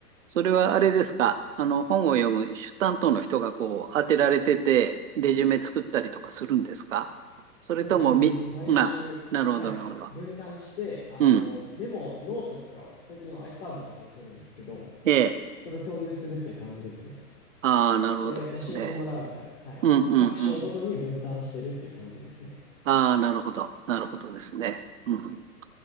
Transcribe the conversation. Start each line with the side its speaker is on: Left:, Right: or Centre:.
Right: それはあれですか。あの、本を読む主担当の人がこう、当てられてて、レジュメ作ったりとかするんですかそれともみ、
Left: そういう感じです。毎週、
Right: まあ、なるほど、
Left: はい。
Right: なるほど。
Left: 分担して、あの、
Right: うん。
Left: メモ、ノートとかを、最近は iPad とかで取るんですけど、
Right: ええ。
Left: それを共有するっていう感じですね。
Right: ああ、なるほどですね。
Left: で、教えてもらうみたいな。はい。
Right: うんうんうん。
Left: 各章ごとに分担してるっていう感じですね。
Right: ああ、なるほど。なるほどですね。うん。